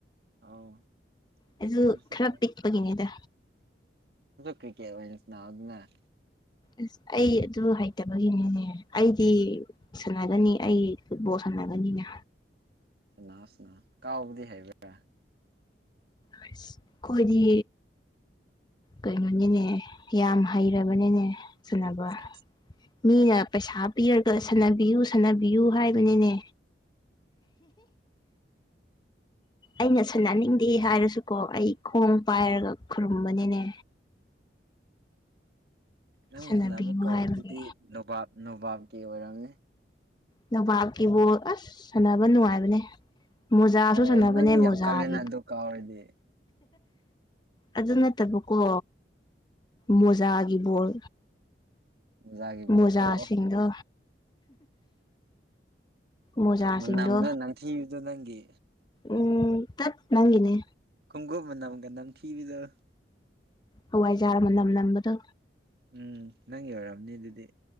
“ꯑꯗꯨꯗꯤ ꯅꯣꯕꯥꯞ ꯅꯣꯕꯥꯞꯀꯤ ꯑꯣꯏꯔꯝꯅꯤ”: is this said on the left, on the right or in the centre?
Right